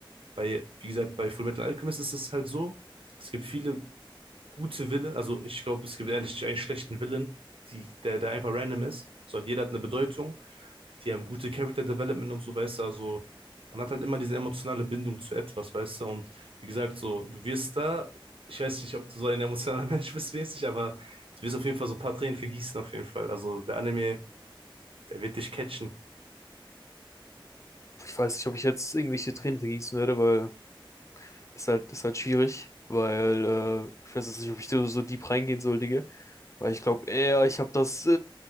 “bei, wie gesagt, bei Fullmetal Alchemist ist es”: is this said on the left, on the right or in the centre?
Right